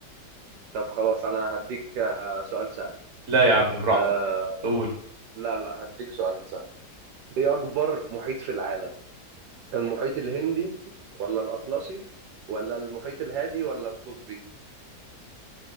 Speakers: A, on the right; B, on the right.
A: طب خلاص انا هديك آه، سؤال سهل
B: لا يا عم براحتك
A: آه
B: قول
A: لا لا هديك سؤال سهل ايه اكبر محيط في العالم المحيط الهندي ولا الاطلسي ولا المحيط الهادي ولا القطبي